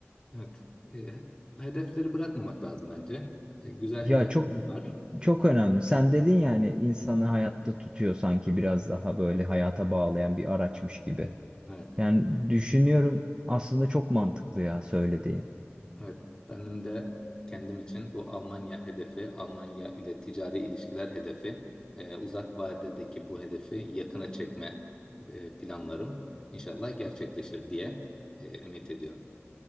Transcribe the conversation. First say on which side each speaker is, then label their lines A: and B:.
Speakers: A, on the left (about 20°); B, on the right (about 20°).
A: Evet. E, hedefleri bırakmamak lazım bence. E, güzel
B: Ya
A: hedeflerim
B: çok
A: var.
B: çok önemli. Sen dedin yani insanı hayatta tutuyor sanki biraz daha böyle hayata bağlayan bir araçmış gibi.
A: Evet.
B: Yani düşünüyorum aslında çok mantıklı ya söylediğin.
A: Evet. Benim de kendim için bu Almanya hedefi, Almanya ile ticari ilişkiler hedefi, e, uzak vadedeki bu hedefi yakına çekme e, planlarım inşallah gerçekleşir diye e, ümit ediyorum.